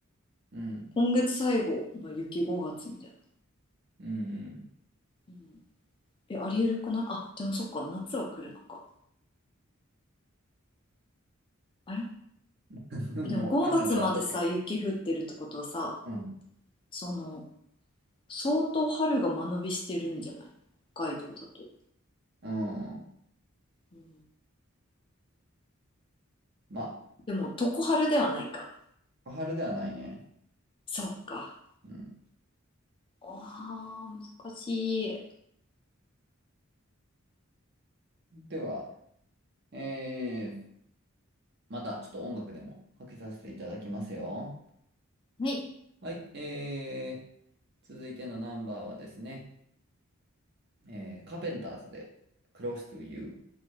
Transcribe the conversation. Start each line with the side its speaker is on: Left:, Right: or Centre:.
Right: うん。
Left: 今月最後の雪5月みたいな。
Right: うん。
Left: うん、え、ありえるくないあ、でもそっか、夏は来るのか。あれ
Right: うん
Left: えでも5月までさ、
Right: <laughs> もうわかんなくなっちゃって。
Left: 雪降ってるってことはさ、
Right: うん。
Left: その、相当春が間延びしてるんじゃない北海道だと。
Right: うん。
Left: うん、
Right: まあ
Left: でも、常春ではないか。
Right: 小春ではないね。
Left: そっか。
Right: うん。
Left: ああ、難しい。
Right: では、えー、またちょっと音楽でもかけさせていただきますよ。
Left: はい。
Right: はい、えー、続いてのナンバーはですね、えー、カーペンターズで Close to You。